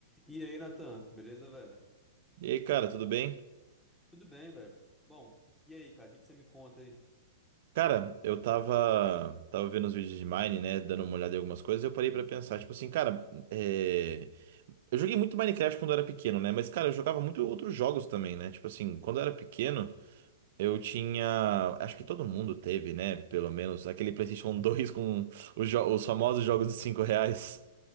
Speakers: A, in the centre; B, on the right.
A: E aí, Natan, beleza, velho?
B: E aí, cara, tudo bem?
A: Tudo bem, velho. Bom, e aí, cara, o que que você me conta aí?
B: Cara, eu tava, tava vendo os vídeos de Mine, né? Dando uma olhada em algumas coisas, e eu parei pra pensar, tipo assim, cara, é... eu joguei muito Minecraft quando eu era pequeno, né? Mas, cara, eu jogava muito outros jogos também, né? Tipo assim, quando eu era pequeno, eu tinha. Acho que todo mundo teve, né? Pelo menos aquele PlayStation <laughs> 2 com os, jo- os famosos jogos de 5 reais.